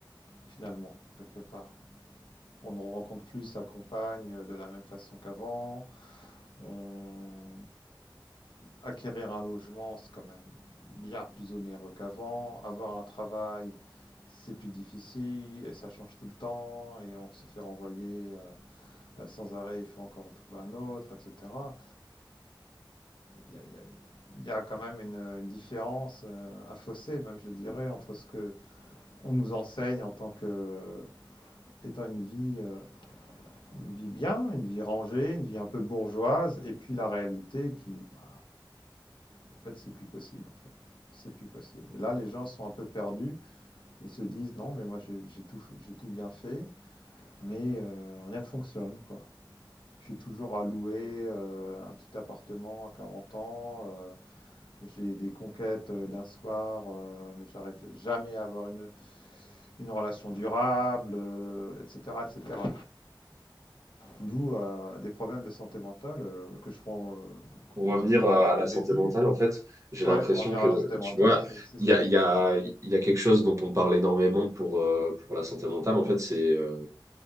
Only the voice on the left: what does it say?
finalement, quelque part. On ne rencontre plus sa compagne euh, de la même façon qu'avant. On acquérir un logement, c'est quand même bien plus onéreux qu'avant. Avoir un travail, c'est plus difficile et ça change tout le temps et on se fait renvoyer euh, sans arrêt, il faut encore en trouver un autre, etc. Il y a, il y a- il y a quand même une, une différence, euh, un fossé même, je dirais, entre ce que on nous enseigne en tant que étant une vie, euh, une vie bien, une vie rangée, une vie un peu bourgeoise, et puis la réalité qui, bah, En fait, c'est plus possible, en fait. C'est plus possible. Et là, les gens sont un peu perdus. Ils se disent, non, mais moi, j'ai tout, j'ai tout bien fait, mais euh, rien ne fonctionne, quoi. Je suis toujours à louer euh, un petit appartement à 40 ans. euh, j'ai des conquêtes euh, d'un soir, euh, mais j'arrive jamais à avoir une, une relation durable, euh, etc., etc. D'où euh, des problèmes de santé mentale euh, que je prends, euh,
dont
on parlait
au
début.
Ouais,
pour revenir
à la santé mentale,
c'est c'est ça.
Mm.